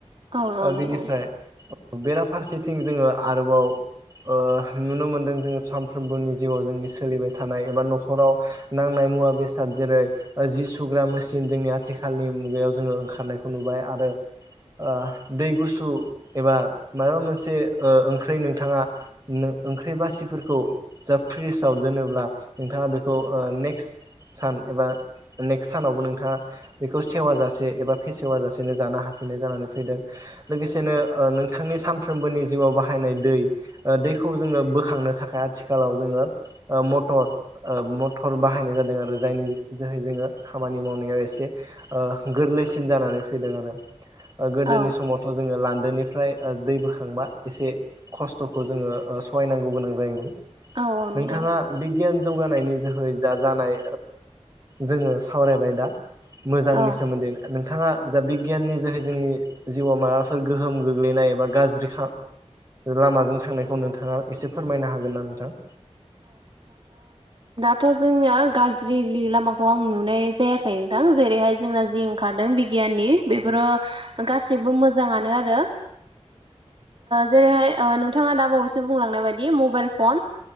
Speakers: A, on the right; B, on the right.
A: औ औ
B: ओ
A: नंगौ
B: बेनिफ्राय बेराफारसेथिं जोङो आरोबाव ओ नुनो मोनदों जोङो सानफ्रोमबोनि जिउआव जोंनि सोलिबाय थानाय एबा न'खराव नांनाय मुवा बेसाद जेरै जि सुग्रा मेसिन जोंनि आथिखालनि मुगायाव जोङो ओंखारनायखौ नुबाय आरो आ दै गुसु एबा माबा मोनसे ओंख्रि नोंथाङा ओंख्रि बासिफोरखौ जा फ्रिजाव दोनोब्ला नोंथाङा बेखौ नेक्स्ट सान एबा नेक्स्ट सानावबो नोंथाङा बेखौ सेवा जासे एबा फेसेवा जासेनो जानो हाफिननाय जानानै फैदों लोगोसेनो नोंथांनि सानफ्रोमबोनि जिउआव बाहायनाय दै दैखौ जोङो बोखांनो थाखाय आथिखालाव जोङो मटर मटर बाहायनाय जादों आरो जायनि जोहै जोङो खामानि मावनायाव एसे गोरलैसिन जानानै फैदों आरो गोदोनि
A: औ
B: समावथ' जोङो लान्देन निफ्राय दै बोखांबा एसे खस्थ'खौ जोङो सहायनांगौ गोनां जायोमोन।
A: औ औ नंगौ
B: नोंथाङा बिगियान जौगानायनि जोहै जा जानाय जोङो सावरायबाय दा मोजांनि
A: औ
B: सोमोन्दै नों थाङा जा बिगियाननि जोहै जोंनि जिउआव माबाफोर गोहोम गोग्लैनाय एबा गाज्रि लामाजों थांनायखौ नोंथाङा एसे फोरमायनो हागोन ना नोंथां
A: थ' जोंनिया गाज्रि लामाखौ आं नुनाय जायाखै नोंथां जेरैहाय जोंना जि ओंखारदों बिगि यान बेफोर गाससिबो मोजांनो आरो जेरैहाय नोंथाङा दा बावैसो बुंलांनाय बायदि मबाइल फन